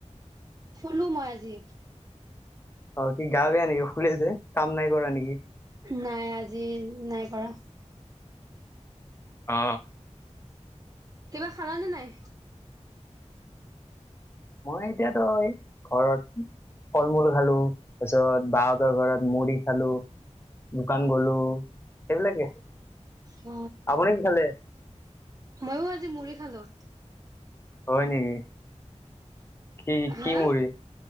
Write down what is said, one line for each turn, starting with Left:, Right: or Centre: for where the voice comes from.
Right: শুলোঁ মই আজি।
Left: অ কি গাঁৱে নেক ফুুল যে। কাম নাই কৰা নেকি
Right: নাই আজি নাই কৰা।
Left: অ
Right: কিবা খালানে নাই?
Left: মই এতিয়াতো এই ঘৰত। ফল মূল খালো, তাৰপিছত বাহঁতৰ ঘৰত মুড়ি খালো। দোকান গলো সেইবিলাকে
Right: হ।
Left: আপুনি কি খালে
Right: মইয়ো আজি মুড়ি খালো
Left: হয় নেকি কি
Right: হা
Left: কি মুড়ি,